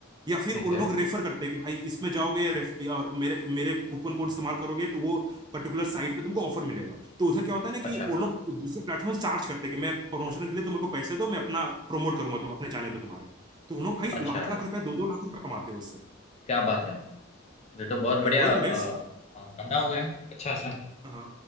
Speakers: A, on the right; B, on the left.
A: या फिर
B: ठीक
A: उन
B: है
A: लोग रेफर करते हैं कि भाई इसमें जाओगे रेफ- या और मेरे मेरे कूपन कोड इस्तेमाल करोगे तो वो पर्टिकुलर साइट पे तुमको ऑफर मिलेगा तो उधर क्या होता है ना
B: अच्छा
A: कि उन लोग दूसरे प्लेटफॉर्म चार्ज करते हैं कि मैं प्रमोशन के लिए तुम मेरे को पैसे दो मैं अपना प्रमोट करूंगा तुम अपने चैनल पे तुम्हारे तो उन लोग भाई
B: अच्छा
A: लाख लाख रुपया दो दो लाख रुपया कमाते हैं उससे
B: क्या बात है ये तो बहुत
A: भाई
B: बढ़िया
A: वही
B: अ,
A: मैं
B: अ, धंधा हो गया अच्छा सर
A: हाँ